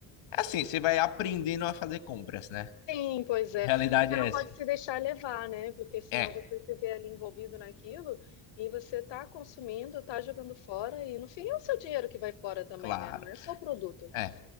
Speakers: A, on the left; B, on the left.
A: assim, você vai aprendendo a fazer compras, né?
B: Sim, pois é.
A: Realidade
B: Você
A: é
B: não
A: essa.
B: pode se deixar levar, né? Porque senão
A: É,
B: você se vê ali envolvido naquilo e você tá consumindo, tá jogando fora e no fim é o seu dinheiro que vai fora também,
A: claro.
B: né? Não é só o produto.
A: É.